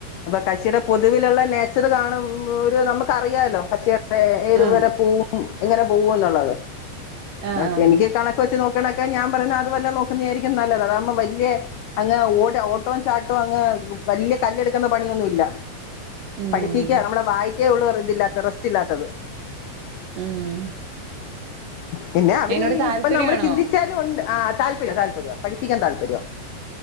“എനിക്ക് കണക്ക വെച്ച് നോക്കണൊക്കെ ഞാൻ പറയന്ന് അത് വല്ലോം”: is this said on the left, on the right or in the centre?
Left